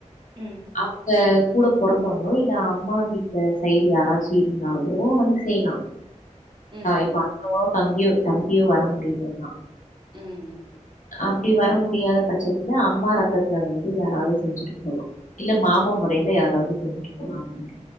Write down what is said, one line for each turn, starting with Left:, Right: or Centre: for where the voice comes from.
Right: ம்
Left: அவங்க கூட பிறந்தவங்களோ இல்ல அம்மா வீட்ல சைடு யாராச்சு இருந்தாலோ வந்து செய்லா
Right: ம் ம்
Left: இப்ப அண்ணவோ தங்கியோ தம்பியோ வர முடியலன்னா
Right: ம் ம்
Left: அப்டி வர முடியாத பட்சத்ல அம்மா ரத்தத்துல வந்து யாராவது செஞ்சுட்டு போலா இல்ல மாம முறையில யாராவது செஞ்சிட்டு போலா அப்டின்டு